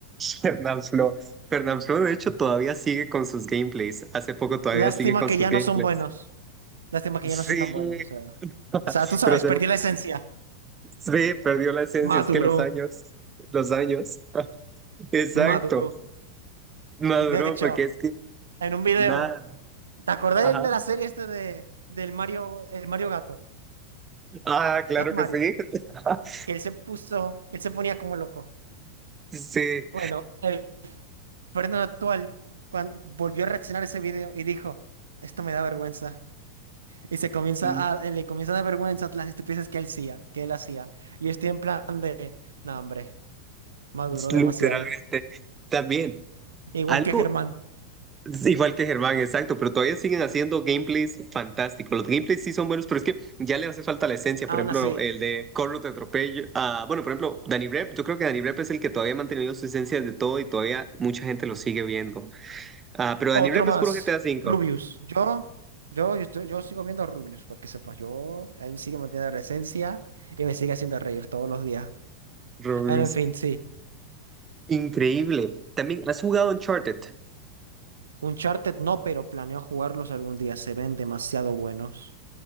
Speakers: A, on the right; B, on the right.
A: Fernanfloo. Fernanfloo, <laughs> de hecho, todavía sigue con sus gameplays. Hace poco todavía
B: Lástima
A: sigue con
B: que
A: sus
B: ya
A: gameplays.
B: no son buenos, lástima que
A: Sí,
B: ya no son tan buenos, o sea,
A: <laughs>
B: o sea, tú sabes,
A: pero se
B: perdí
A: lo-
B: la esencia.
A: sí, perdió la esencia,
B: Maduro,
A: es que los años, los años. <laughs> Exacto,
B: maduro.
A: maduró,
B: De hecho,
A: porque es que
B: en un video,
A: nada.
B: ¿te acordás
A: Ajá.
B: del de la serie este de del Mario, el Mario Gato,
A: Ah, claro
B: Cat Mario,
A: que sí. <laughs>
B: que él se puso, que él se ponía como loco?
A: Sí,
B: Bueno, el Fernando actual cuando volvió a reaccionar a ese video y dijo, esto me da vergüenza. Y se comienza
A: Mm,
B: a, eh, le comienza a dar vergüenza las estupideces que él hacía, que él hacía. Y yo estoy en plan de, no, hombre, maduró
A: literalmente.
B: demasiado.
A: También,
B: Igual
A: algo
B: que Germán.
A: igual que Germán, exacto, pero todavía siguen haciendo gameplays fantásticos. Los gameplays sí son buenos, pero es que ya le hace falta la esencia.
B: Aún
A: Por ejemplo,
B: así.
A: el de Corro te atropello. Ah, bueno, por ejemplo, Danny Rep. Yo creo que Danny Rep es el que todavía ha mantenido su esencia de todo y todavía mucha gente lo sigue viendo. Ah, pero
B: Otro
A: Danny Rep
B: más,
A: es puro GTA cinco
B: Rubius. Yo, yo, yo, estoy- yo sigo viendo a Rubius, para que sepas, yo, él sigue manteniendo la esencia y me sigue haciendo reír todos los días.
A: Rubius.
B: Ah, En fin, sí,
A: Increíble. También, ¿has jugado Uncharted?
B: Uncharted no, pero planeo jugarlos algún día, se ven demasiado buenos.